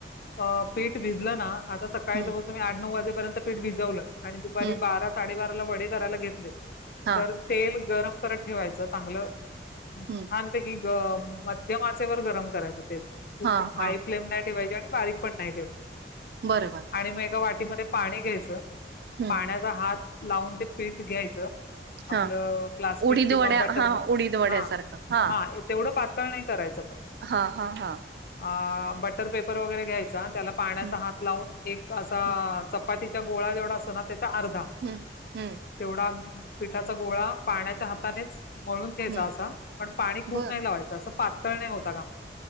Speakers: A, on the left; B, on the right.
A: अ. पीठ भिजलं ना आता सकाळी
B: हं,
A: दररोज तुम्ही आठ नऊ वाजे परंतु पिठ भिजलत आणि दुपारी
B: हं,
A: बारा साडेबारा वडी करायला घेत बर
B: हां,
A: तर तेल गरम करत ठेवायचं चांगलं
B: हं,
A: छानपैकी मध्यम आचे वर गरम करायचं तेल खूप
B: हां,
A: हाय
B: हां.
A: फ्लेम नाय ठेवायचं आणि बारीक पण नाही ठेवायचं
B: बरोबर.
A: आणि मग एका वा टी मध्ये पाणी घ्यायचं
B: हं,
A: पाण्याचा हात लावून ते पीठ घ्यायचं आपलं
B: हां.
A: प्लास्टिक
B: उडीद
A: किंवा
B: वड्या
A: बटर
B: हां,
A: ग.
B: उडीद वड्यासारखं.
A: हा
B: हां,
A: हा तेवढं पातळ नाही करायचं पण
B: हां, हां, हां.
A: आ.. बटर पेपर वगैरे घ्यायचा त्याला पाण्याचा
B: हं,
A: हात लावून एक असा
B: हं,
A: च पातीचा गोळा जेवढा असतो ना त्याचा अर्धा
B: हं, हं,
A: एवढा पिठाचा गोळा पाण्याच्या हातानेच मळून घ्यायचा
B: हं.
A: असा पण पाणी
B: बरं.
A: खूप नाही लावायचं असं पातळ तर नाही होता कामा